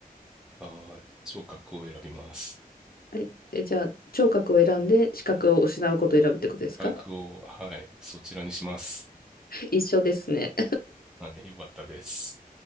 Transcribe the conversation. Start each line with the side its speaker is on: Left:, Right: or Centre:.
Centre: あー、聴覚を選びます。
Left: え、え、じゃあ聴覚を選んで視覚を失うことを選ぶってことですか
Centre: 聴覚を、はい、そちらにします。
Left: 一緒ですね。
Centre: はい、よかったです。